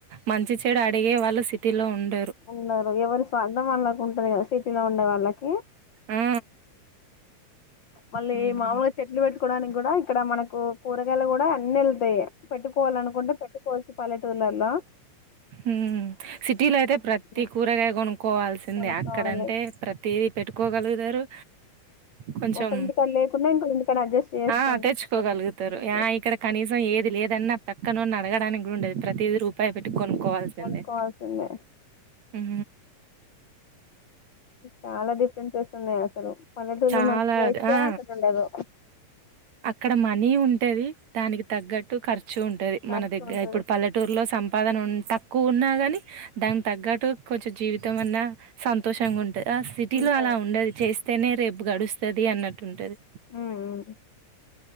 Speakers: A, on the right; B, on the left.
A: మంచి చెడు అడిగే వాళ్ళు సిటీలో ఉండ
B: వుండరు ఎవరి స్వార్థం అళ్ళకు ఉంటంది కదా సిటీలో ఉండే వాళ్ళకి
A: ఆ
B: మళ్ళీ
A: ఉమ్
B: మామూలుగా చెట్లు పెట్టుకు కోడానికి కూడా ఇక్కడ మనకు కూరగాయలు కూడా అన్ని వెళ్తాయి పెట్టుకోవాలనుకుంటే పెట్టుకోల్సి పల్లే టూర్ టుల్లాల
A: ఉ సిటీల అయితే ప్రతి తి
B: ఉమ్,
A: కూరగాయ కొనుక్కోవాల్సిందే
B: కొనుక్కోవాలి
A: అక్కడంటే ప్రతిదీ పెట్టుకోగలుగుద రు కొంచెం
B: ఒకరింటికాడ లేకుండా ఇంకోరింటికాడ అడ్జస్ట్ చేసుకుంటా
A: ఆ తెచ్చుకోగలుగుతారు ఆ ఇక్కడ కనీసం ఏది లేదన్నా పక్కనోన్ని అడగడానికి కూడా ఉండదు ప్రతిది రూ బాయ కొనుక్కోవాల్సిందే
B: కొనుక్కోవాల్సిందే
A: ఉ
B: చాలా డిఫరెన్సెస్ ఉన్నాయి అసలు పల్లెటూరులో
A: చాలా
B: ఉండే నేచర్
A: ఆ
B: ఇక్కడ ఉండదు
A: అక్కడ మనీ ఉంటది దానికి తగ్గట్టు ఖర్చు ఉంటది
B: ఖర్చు
A: మన దగ్గర
B: ఉంటది
A: ఇప్పుడు పల్లెటూరులో సంప సంపదానా తక్కువ ఉన్నా గాని దానికి తగ్గట్టు కొంచం జీవితం అన్నా సంతోషంగా ఉంట అ సిటీలో
B: ఉంటది
A: అలా ఉండది చేస్త అయితనే రేపు గడుస్తది అన్నట్టు ఉంటది
B: హ్మ్మ్